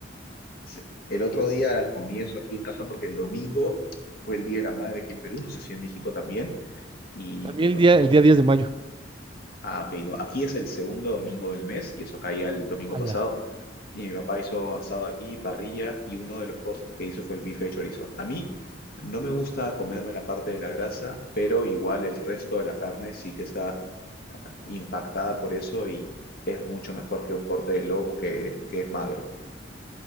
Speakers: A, on the left; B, on the right.
A: Se- El otro día comí eso aquí en casa porque el domingo fue el Día de la Madre aquí en Perú, no sé si en México también. Y
B: También
A: mi, pa-
B: el día,
A: mi-
B: el día 10 de mayo.
A: ah, ok, no, aquí es el segundo domingo del mes y eso caía el domingo
B: Allá.
A: pasado. Y mi papá hizo asado aquí, parrilla, y uno de los cortes que hizo fue el bife de chorizo. A mí no me gusta comerme la parte de la grasa, pero igual el resto de la carne sí que está impactada por eso y es mucho mejor que un corte de lomo que, que es magro.